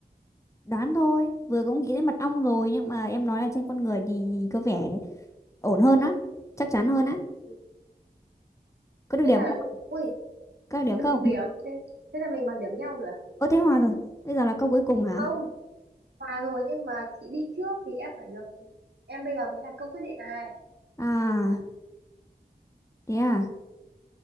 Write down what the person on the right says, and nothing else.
Ừ.
Thế
là,
ui,
được
điểm. Thế, thế là mình bằng điểm nhau rồi à?
Không, hòa rồi nhưng mà chị đi trước thì em phải được. Em bây giờ mới là câu quyết định này.